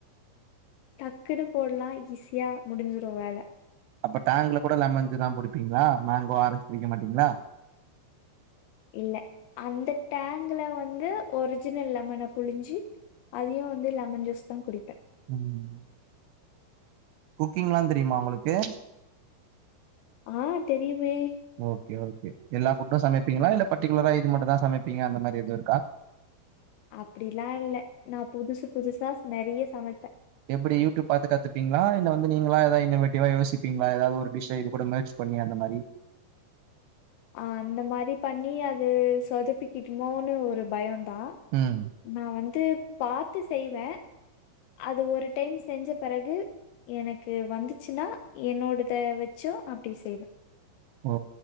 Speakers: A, on the left (about 80°); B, on the right (about 80°).
A: டக்குன்னு போட்லா ஈஸியா முடிஞ்சிரு வேல.
B: அப்ப டேங்ல கூட லெமன்ஞ்சுதா குடிப்பீங்களா மேங்கோ ஆரஞ்சு குடிக்க மாட்டீங்களா?
A: இல்ல அந்த டேங்ல வந்து ஒரிஜினல் லெமன புழிஞ்சு அதையு வந்து லெமன் ஜூஸ்தா குடிப்பே.
B: ம் ம் குக்கிங்லா தெ ரியுமா உங்களுக்கு?
A: ஆ தெரியுமே
B: ஓகே ஓகே எல்லா ஃபுட்டு சமைப்பீங்களா இல்ல பர்டிகுலரா இது மட்டும்தா சமைப்பீங்க அந்த மாரி எதுவு இருக்கா?
A: அப்டிலா இல்ல நா புதுசு புதுசா நெறைய சமைப்பே.
B: எப்டி யூடூப் பாத்து கத்துப்பீங்களா இல்ல வந்து நீங்களா ஏதாவது இன்னோவேட்டிவா யோசிப்பீங்களா எதாவது ஒரு டிஷ்ஷ இது கூட மெர்ஜ் பண்ணி அந்த மாரி.
A: ஆ அந்த மாரி பண்ணி அது சொதப்பிக்கிடுமோனு ஒரு பயோ ந்தா
B: ம்
A: நா வந்து பாத்து செய்வே. அது ஒரு டைம் செஞ்ச பிறகு எனக்கு வந்துச்சுன்னா என்னோடத வச்சும் அப்டி செய்வே.
B: ஓ